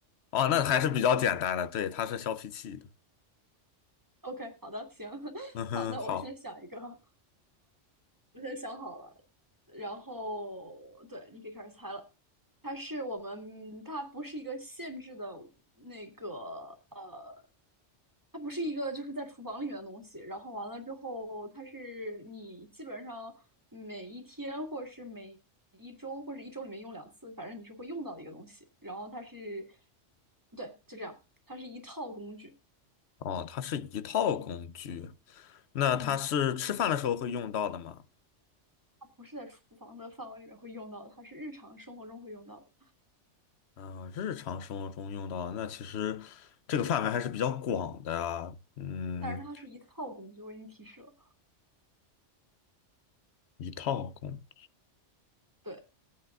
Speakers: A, on the left (about 65°); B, on the right (about 15°).
A: 哦，那还是比较简单的，对，它是削皮器的。
B: ？OK，好的，行，<laughs>
A: 嗯哼，
B: 好，那我先想一个。
A: 好，
B: 我先想好了，然后对，你可以开始猜了。它是我们，它不是一个限制的那个呃，它不是一个就是在厨房里面的东西。然后完了之后，它是你基本上每一天或者是每一周或者一周里面用两次，反正你是会用到的一个东西。然后它是，对，就这样，它是一套工具。
A: 哦，它是一套工具，那它是吃饭的时候会用到的吗？
B: 嗯，它不是在厨房的范围里面会用到的，它是日常生活中会用到的。
A: 嗯，日常生活中用到的那其实这个范围还是比较广的啊嗯，
B: 但是它是一套工具，我已经提示了。
A: 一套功，
B: 对，